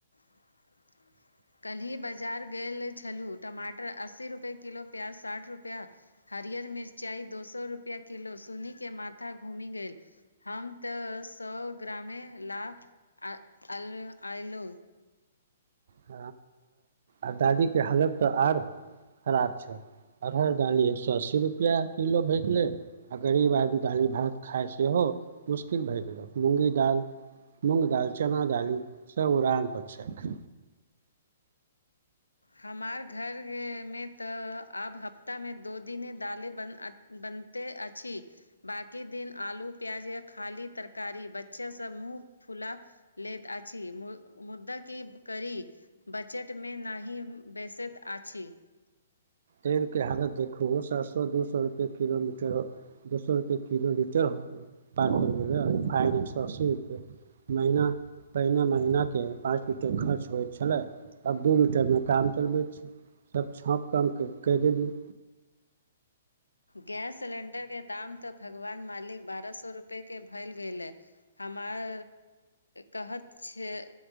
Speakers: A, on the left; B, on the right.
A: ह काल्हि बाजार गेल छलहुँ टमाटर अस्सी रुपैए किलो प्याज साठि रुपैआ ह हरियर मिरचाई दो सए रुपआ किलो सुन्नी के माथा घूमि गेल हम तऽ सए ग्रमे लाभ आल आयलौ
B: ह आ दादीे के हालत तऽ आर खराब छै अरहर दाली एक सए अस्सी रुपआ किलो भए गेलै आ गरीब आदमी दाली भात खाय सेहो मुश्किल भए गेल मुँगी दाल मुंग दालचना दाली स उराान प्षक
A: हमार घर मे तऽ अब हप ताह मे दो दिने दाले बनते अछि बाकी दिन आलू प्याज एक खाली तरकारी बच्चा सब मुँह फुला लैत अछि मुद्दा कि करी बजट मे नाहि बेसैत आछी
B: तेलके हालत देखो सात सए दू सए रुपए किलोमीटर हो दू सए रुपए किलो लीटर हो पार कर गेलै फाइन एक सए अस्सी रुपए महिना पहिने महिने पाँच लीटर खर्च होइ छलै अब दू लीटरमे काम चलबै छी सब छाँ कम कहि दे दियै
A: गैस सिलेंडर के दाम तऽ भगवान मालिक बारह सए रूपए के भैल गेलए मार कहत छै